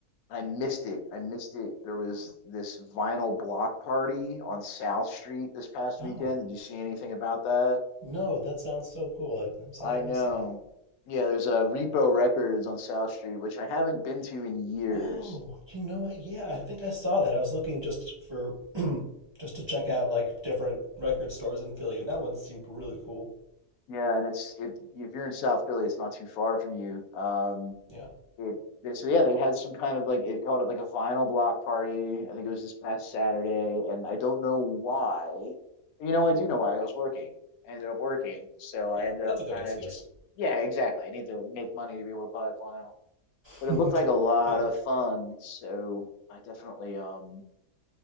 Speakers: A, on the left (about 80°); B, on the right (about 25°).
A: I missed it. I missed it. There was this vinyl block party on South Street this past
B: Oh
A: weekend. Did you see anything about that?
B: no, that sounds so cool. I, I'm sad
A: I
B: I
A: know.
B: missed that.
A: Yeah, there's a Repo Records on South Street, which I haven't been to in years.
B: Oh, you know what? Yeah, I think I saw that. I was looking just for <clears throat> just to check out like different record stores in Philly, and that one seemed really cool.
A: Yeah, and it's it if you're in South Philly, it's not too far from you. Um,
B: Yeah,
A: it they, so yeah, they had some kind of like they called it like a vinyl block party. I think it was this past Saturday, and I don't know why. You know, I do know why. I was working. I ended up working, so I
B: yeah,
A: ended
B: that's
A: up
B: a good
A: trying
B: excuse.
A: to just yeah, exactly. I need to make money to be able to buy vinyl, but
B: <laughs>
A: it looked like a lot
B: Yep.
A: of fun. So I definitely um